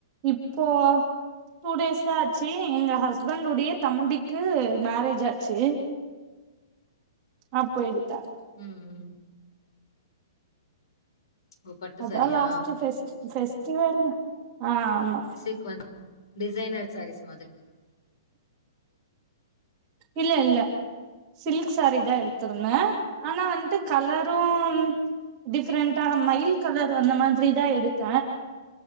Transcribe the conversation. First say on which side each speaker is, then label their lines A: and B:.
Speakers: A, on the right (about 25°); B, on the left (about 80°).
A: இப்போ டூ டேஸ் ஆச்சு எங்க ஹஸ்பண்ட உடைய தம்பிக்கு மேரேஜ் ஆச்சு அப்போ எடுத்த
B: ம் ம் ஓ! பட்டு
A: அதா
B: சாரியா?
A: லாஸ்ட் ஸ ஃபெஸ்டிவல் ஆ ஆமா
B: சீக்வன்ஸ் டிசைனர் சாரீஸ் மாதிரி
A: இல்ல இல்ல சில்க் சாரி தா எடுத்திருந்த ஆனா வந்துட்டு கலரும் டிஃப்ரெண்ட்டா மயில் கலர் அந்த மாதிரி தா எடுத்த